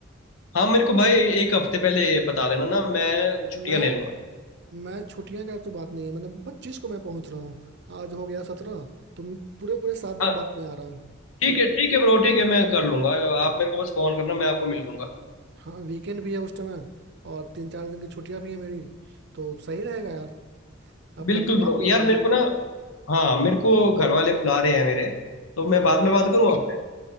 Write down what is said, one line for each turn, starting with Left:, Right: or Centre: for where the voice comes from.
Left: हाँ मेरे को भाई एक हफ्ते पहले बता देना ना मैं छुट्टियाँ
Right: मैं
Left: ले लूंगा
Right: मैं छुट्टियां का तो बात नहीं है मतलब पच्चीस को मैं पहुंच रहा हूँ आज हो गया सत्रह तुम पूरे पूरे सात दिन
Left: हाँ
Right: बाद मैं आ रहा हूँ
Left: ठीक है ठीक है ब्रो ठीक है मैं कर लूंगा आप मेरे को बस फोन करना मैं आपको मिल लूंगा
Right: हाँ वीकेंड भी है उस समय और तीन चार दिन की छुट्टियां भी है मेरी तो सही रहेगा यार अपना
Left: बिल्कुल
Right: मिलना
Left: ब्रो
Right: भी हो
Left: यार
Right: जाएगा
Left: मेरे को ना हाँ मेरे को घर वाले बुला रहे हैं मेरे तो मैं
Right: हाँ
Left: बाद में बात करूँ आपसे